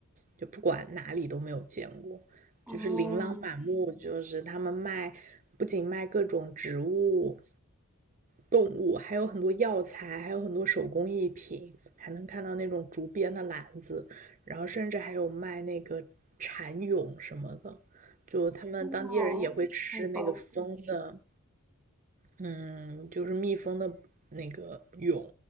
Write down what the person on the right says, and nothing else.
就不管哪里都没有见过，
就是琳琅满目，就是他们卖，不仅卖各种植物、动物，还有很多药材，还有很多手工艺品，还能看到那种竹编的篮子，然后甚至还有卖那个蚕蛹什么的。就他们当地人也会吃那个蜂的，
嗯，就是蜜蜂的那个蛹，